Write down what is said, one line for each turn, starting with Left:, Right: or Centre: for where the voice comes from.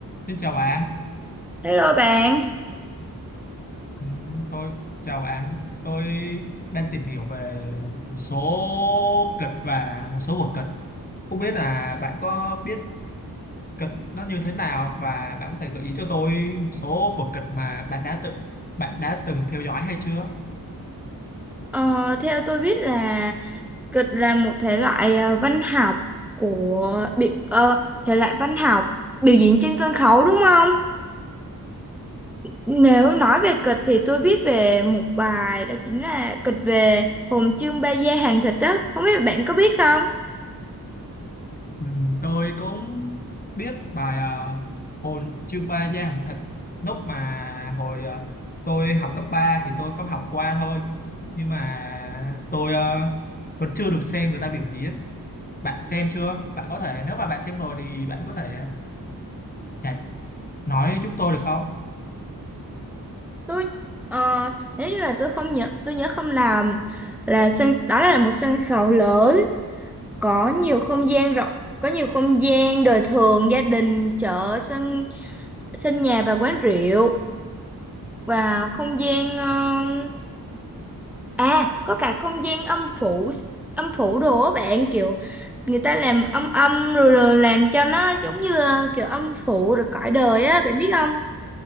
Left: Xin chào bạn,
Centre: Hello bạn,
Left: Ừ, tôi chào bạn. Tôi đang tìm hiểu về một số kịch và một số vở kịch. Không biết là bạn có biết kịch nó như thế nào và bạn có thể gợi ý cho tôi một số vở kịch mà bạn đã tự bạn đã từng theo dõi hay chưa?
Centre: ờ, theo tôi biết là kịch là một thể loại ờ, văn học của bi, ờ, thể loại văn học biểu diễn trên sân khấu đúng không? Nếu nói về kịch thì tôi biết về một bài đó chính là kịch về Hồn Trương Ba Gia Hàng Thịt đó, không biết bạn có biết không?
Left: Ừ, tôi cũng biết bài à, hồn chương ba gia hàng thịt lúc mà hồi à, tôi học cấp 3 thì tôi có học qua thôi nhưng mà tôi à, vẫn chưa được xem người ta biểu diễn bạn xem chưa bạn có thể nếu mà bạn xem rồi thì bạn có thể à, chả- nói giúp tôi được không
Centre: Tôi ờ, nếu như là tôi không nhớ tôi nhớ không làm là sân đó là một sân khấu lớn có nhiều không gian rộng có nhiều không gian đời thường gia đình chợ sân sân nhà và quán rượu và không gian uh, à có cả không gian âm phủ âm phủ đồ á bạn kiểu người ta làm âm âm rồi, rồi làm cho nó giống như là kiểu âm phủ rồi cõi đời á bạn biết không